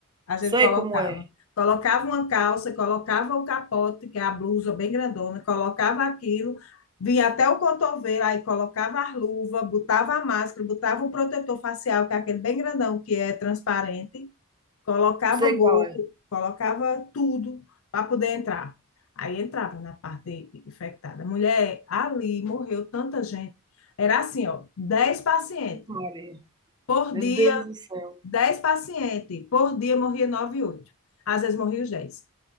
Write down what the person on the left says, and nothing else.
A gente
colocava.
Colocava uma calça, colocava o capote, que é a blusa bem grandona, colocava aquilo, vinha até o cotovelo, aí colocava a luva, botava a máscara, botava o protetor facial, que é aquele bem grandão, que é transparente, colocava
gorro,
colocava tudo para poder entrar. Aí entrava na parte infectada. Mulher, ali morreu tanta gente. Era assim, ó, dez pacientes
por
dia
10 pacientes por dia, morria 9, oito Às vezes morria os dez